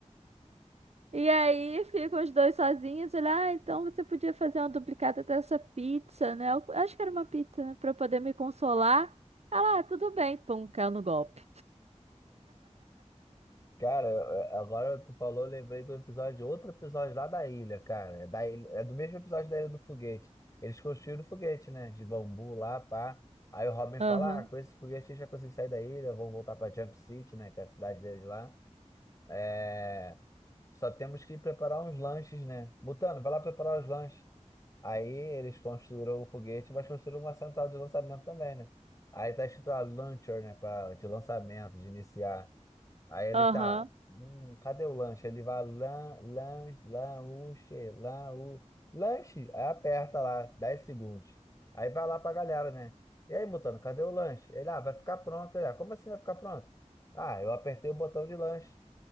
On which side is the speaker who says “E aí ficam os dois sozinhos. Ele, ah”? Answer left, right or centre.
Right